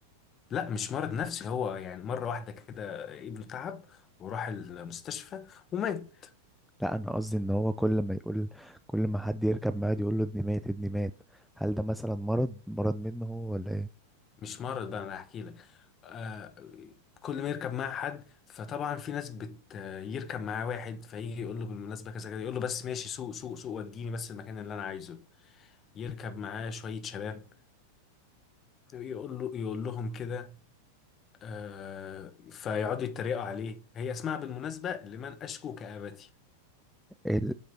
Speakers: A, on the left; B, in the centre.
A: لا مش مرض نفسي هو يعني مرة واحدة كده ابنه تعب وراح المستشفى ومات
B: لا أنا قصدي إن هو كل ما يقول كل ما حد يركب معاه يقول له ابني مات ابني مات هل ده مثلا مرض مرض منه هو ولا إيه
A: مش مرض بقى انا احكي لك آه كل ما يركب معاه حد فطبعا في ناس بت يركب معاه واحد فيجي يقول له بالمناسبة كذا كذا يقول له بس ماشي سوق سوق سوق وديني بس المكان اللي انا عايزه يركب معاه شوية شباب يقول له يقول لهم كده آه فيقعدوا يتريقوا عليه هي اسمها بالمناسبة لمن أشكو كآبتي
B: ال-